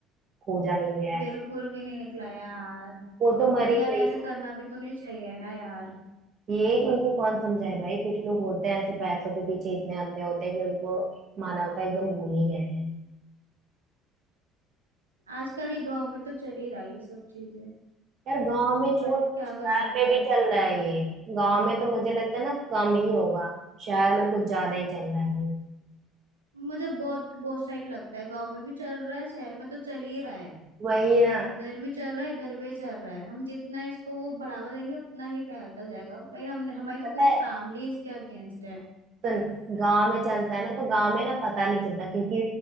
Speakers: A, on the right; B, on the right.
A: खोजा नहीं गया है
B: बिल्कुल भी नहीं निकला यार
A: वो तो मर
B: बट
A: ही
B: यार
A: गई
B: ऐसे करना भी तो नहीं चाहिए ना यार
A: ये उनको कौन समझाए भाई कुछ लोग होते हैं ऐसे पैसों के पीछे इतने अंधे होते हैं कि उनको मानवता एकदम भूल ही गए हैं
B: आजकल ये गांव में तो चल ही रहा है ये सब चीजें
A: यार गांव में छोड़
B: बट क्या
A: शहर
B: कर सकते
A: में
B: हैं
A: भी चल रहा है ये गांव में तो मुझे लगता है ना कम ही होगा शहर में कुछ ज्यादा ही चल रहा है भाई
B: मुझे बहुत बहुत साइड लगता है गांव में भी चल रहा है शहर में तो चल ही रहा है
A: वही ना
B: उधर भी चल रहा है इधर भी चल रहा है हम जितना इसको वो बढ़ावा देंगे उतना ही फैलता जाएगा भाई हमने हमारी तो
A: पता
B: पूरी
A: है
B: फैमिली इसके अगेंस्ट है
A: सुन गांव में चलता है ना तो गांव में ना पता नहीं चलता क्योंकि